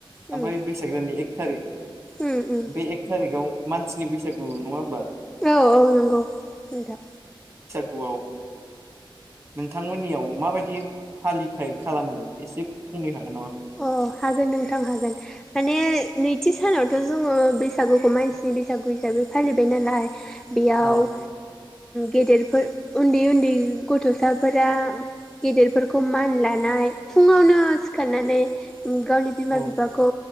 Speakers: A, in the centre; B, on the right.
A: उम
B: ओमफ्राय बैसाग दाननि एक थारिक
A: उम उम
B: बे एक थारिकआव मानसिनि बैसागु नंङा होमबा
A: औ औ नंगौ नोंथां
B: गुवाव नोंथांमोननियाव माबायदि फालिथाय खालामो एसे बुंनो हागोन नामा?
A: अ हागोन नोंथां हागोन माने नैथि सानाव थ जोङो बैसागुखौ मानसिनि बैसागु हिसाबै फालिबाय नालाय बेयाव
B: औ
A: गेदेरफोर उन्दै उन्दै गथसा फोर गेदेरफोरखौ मान लानाय फुंङावनो सिखारनानै गावनि बिमा-बिफाखौ
B: औ